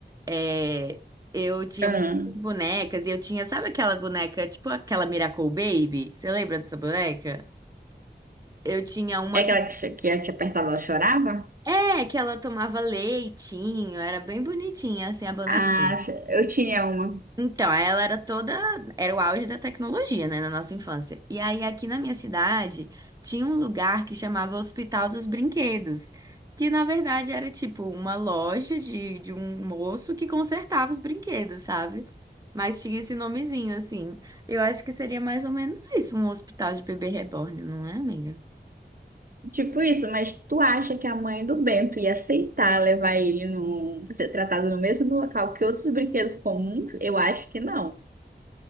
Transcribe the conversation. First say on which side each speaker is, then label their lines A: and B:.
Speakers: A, on the right; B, on the right.
A: é, eu tinha
B: ah,
A: muitas bonecas e eu tinha, sabe aquela boneca, tipo aquela Miracle Baby? Você lembra dessa boneca? Eu tinha uma
B: é aquela
A: que,
B: que, que a te apertava, ela chorava?
A: é, que ela tomava leitinho, era bem bonitinha assim a bonequinha.
B: Ah, eu tinha uma.
A: Então, aí ela era toda, era o auge da tecnologia, né, na nossa infância. E aí aqui na minha cidade tinha um lugar que chamava Hospital dos Brinquedos, que na verdade era tipo uma loja de, de um moço que consertava os brinquedos, sabe? Mas tinha esse nomezinho assim. Eu acho que seria mais ou menos isso, um hospital de bebê reborn, não é, amiga?
B: Tipo isso, mas tu acha que a mãe do Bento ia aceitar levar ele no, pra ser tratado no mesmo local que outros brinquedos comuns? Eu acho que não.